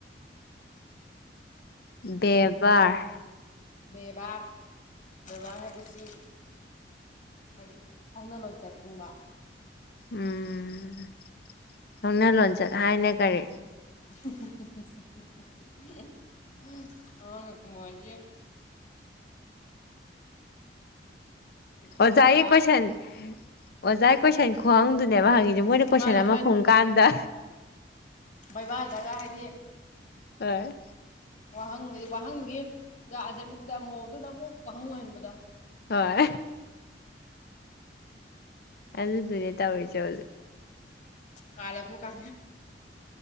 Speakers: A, on the left; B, on the left.
A: ꯕꯦꯕꯥꯔ
B: ꯕꯔ ꯕꯥꯔꯁꯦ ꯁꯤ ꯀꯔꯤ ꯍꯧꯥꯎꯅ ꯂꯣꯟꯆꯠ ꯍꯪꯕ
A: ꯎꯝ ꯍꯧꯪꯅ ꯂꯣꯟꯆꯠ ꯍꯥꯏꯅ ꯀꯔꯤ
B: <unintelligible> ꯍ ꯃꯏ <unintelligible> ꯏꯈꯥ
A: ꯑꯣꯖꯥꯏꯦ
B: ꯇꯥꯕ
A: ꯀꯣꯏꯁ ꯑꯣꯖꯥꯏ ꯀꯣꯏꯁꯟ ꯈꯨꯡꯪꯗꯨꯅꯦꯕ ꯍꯪꯉꯤꯁꯦ ꯃꯣꯏꯅ
B: ꯃꯥꯅꯦ
A: ꯀꯣꯏꯁꯟ ꯑꯃ ꯈꯣꯡ ꯀꯥꯟꯗ
B: ꯕꯩꯕꯥ ꯒꯥ ꯍꯥꯏꯗꯤ
A: ꯑ
B: ꯋꯥꯍꯪ ꯍꯥꯏꯗꯤ ꯋꯥꯍꯪꯗꯨꯒꯤ ꯑꯟꯁꯔ ꯄꯤꯕꯗ ꯑꯃꯨꯣꯗꯨꯅ ꯑꯃꯨꯛ ꯋꯥꯍꯪ ꯑꯣꯏꯍꯟꯕꯗꯣ
A: ꯍꯣꯏ ꯑꯗꯨꯗꯨꯅꯦ ꯇꯧꯔꯤ ꯆ ꯍꯦꯖꯤꯛ
B: ꯀꯂꯦ ꯄꯨ ꯀꯥ